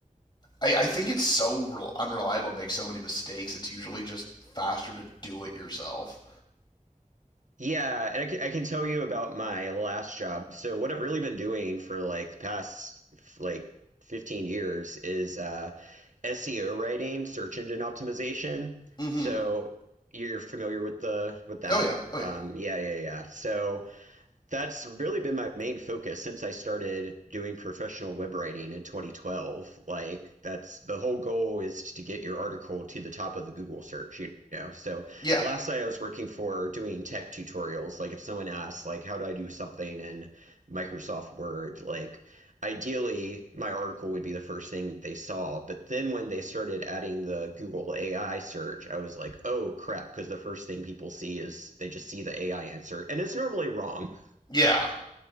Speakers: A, on the left; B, on the right.
A: I, I think it's so re- unreliable, makes so many mistakes. It's usually just faster to do it yourself.
B: Yeah, and I can, I can tell you about my last job. So what I've really been doing for like the past f- like 15 years is uh, SEO writing, search engine optimization.
A: Mm-hmm.
B: So you're familiar with the with that.
A: Oh yeah. Oh yeah.
B: Um, yeah, yeah, yeah. So that's really been my main focus since I started doing professional web writing in 2012. Like that's the whole goal is to get your article to the top of the Google search, you know. So
A: Yeah.
B: last night I was working for doing tech tutorials. Like if someone asks like how do I do something in Microsoft Word, like ideally my article would be the first thing they saw but then when they started adding the google ai search i was like oh crap because the first thing people see is they just see the ai answer and it's normally wrong
A: Yeah.